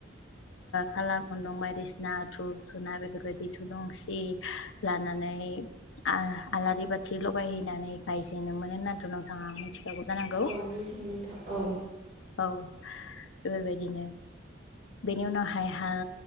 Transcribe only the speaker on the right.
औ मिथिगौ नोंथां औ